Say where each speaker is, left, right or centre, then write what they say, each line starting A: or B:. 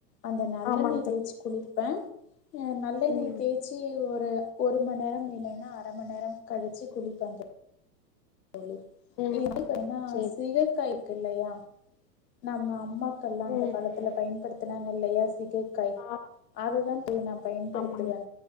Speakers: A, on the left; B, on the left.
A: அந்த நல்லெண்ணய்
B: ஆமாங்க
A: தேய்ச்சு
B: தோழி
A: குளிப்பே நல்லெண்ணெய்
B: ம்
A: தேய்ச்சி ஒரு ஒரு மண்நேர இல்லனா அரமண்நேரோ கழிச்சு குளிப்பேங் தோ தோழி
B: ம்
A: இதமாரி பண்ணுனா
B: சேரி
A: சிகைக்காய் க்கு இல்லயா நம்ம அம்மா க்கல்லா அந்த
B: ம்
A: காலத்துல
B: ம்
A: பயன்படுத்த நாங்க இல்லையா சிகைக்காய்
B: ஆ
A: அததா தோழி நா பயன்படுத்துவே
B: ஆமாங்க